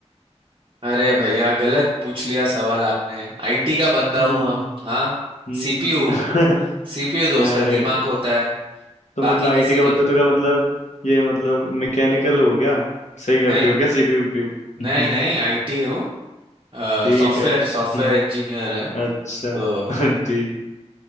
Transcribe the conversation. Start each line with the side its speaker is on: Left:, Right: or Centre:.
Right: अरे भैया गलत पूछ लिया सवाल आपने आईटी का बंदा
Left: हम्म
Right: हूँ हम हाँ
Left: हम्म
Right: सीपीयू
Left: <laughs>
Right: सीपीयू तो
Left: अरे
Right: उसका दिमाग
Left: यार
Right: होता है
Left: तो
Right: बाकी
Left: मतलब आईटी
Right: किसी
Left: का
Right: के
Left: बंदे तो का मतलब ये मतलब मैकेनिकल हो गया सही करते
Right: नहीं
Left: हो क्या सीपीयू
Right: नहीं
Left: <laughs>
Right: नहीं आईटी हूँ
Left: ठीक
Right: सॉफ्टवेयर
Left: है हम्म
Right: सॉफ्टवेयर इंजीनियर है
Left: अच्छा
Right: तो
Left: <laughs> ठीक